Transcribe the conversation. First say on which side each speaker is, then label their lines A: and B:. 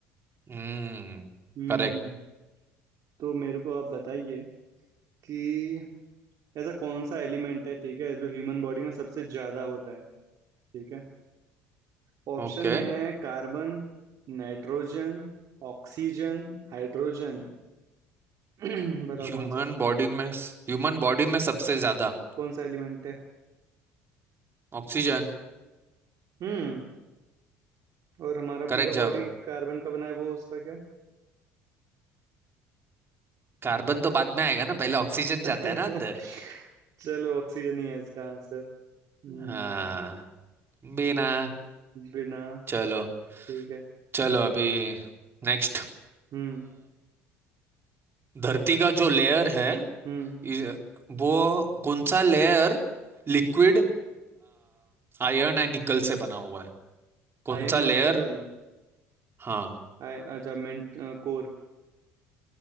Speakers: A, on the right; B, on the right.
A: हम्म
B: हम्म
A: करेक्ट
B: तो मेरे को आप बताइए कि ऐसा कौन सा एलिमेंट है ठीक है जो ह्यूमन बॉडी में सबसे ज्यादा होता है ठीक है ऑप्शन
A: ओके
B: है कार्बन नाइट्रोजन ऑक्सीजन हाइड्रोजन <clears throat> बताओ
A: ह्यूमन
B: कौन सा
A: बॉडी में ह्यूमन बॉडी में सबसे ज्यादा
B: कौन सा एलिमेंट है
A: ऑक्सीजन
B: हम्म और हमारा
A: करेक्ट
B: पूरा
A: जवाब
B: बॉडी कार्बन का बना है वो उसका क्या
A: कार्बन तो बाद में आएगा ना पहले ऑक्सीजन
B: <laughs>
A: जाता है ना अंदर
B: चलो ऑक्सीजन ही है इसका आंसर हम्म
A: हाँ बिना
B: बिना
A: चलो
B: ठीक है
A: चलो अभी नेक्स्ट
B: हम्म
A: धरती का जो लेयर है
B: हम्म
A: इस- वो कौन सा layer liquid iron and nickel से बना हुआ है कौन
B: आयन
A: सा लेयर
B: और निकल
A: हाँ
B: आय अच्छा मेंट कोर